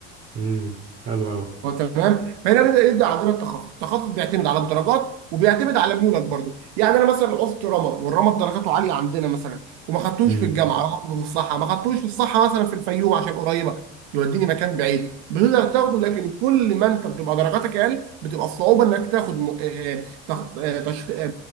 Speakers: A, on the right (about 45°); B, on the right (about 75°).
A: مم. حلو أوي
B: هو تمام فهنا بدا يبدا عندنا التخصص التخصص بيعتمد على الدرجات وبيعتمد على ميولك برضو يعني انا مثلا عوزت رمد والرمد درجاته عاليه عندنا مثلا وما خدتوش
A: مم.
B: في الجامعه راح اخده في الصحه ما خدتوش في الصحه مثلا في الفيوم عشان قريبه يوديني مكان بعيد بتقدر تاخده لكن كل ما انت بتبقى درجاتك اقل بتبقى الصعوبه انك تاخد م... آه، آه، تخ... آه، تش... آه،